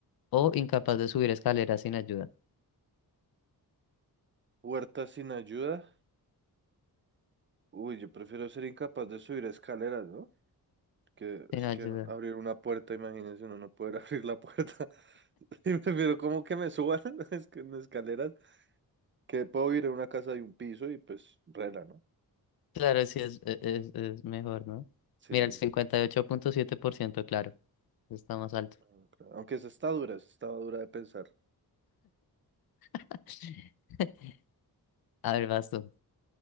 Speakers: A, on the left (about 70°); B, on the right (about 30°).
A: o incapaz de subir escaleras sin ayuda.
B: Huerta sin ayuda. Uy, yo prefiero ser incapaz de subir escaleras, ¿no? Que
A: Sin
B: es
A: ayuda.
B: que abrir una puerta, imagínense, uno no poder <laughs> abrir la puerta. <laughs> Pero como que me suban <laughs> es que en escaleras, que puedo ir a una casa de un piso y pues rela, ¿no?
A: Claro, sí, es, e- es, es mejor, ¿no?
B: Sí,
A: Mira, el 58.7%, claro, está más alto.
B: bueno, claro. aunque esa está dura, esa estaba dura de pensar.
A: <laughs> A ver, vas tú.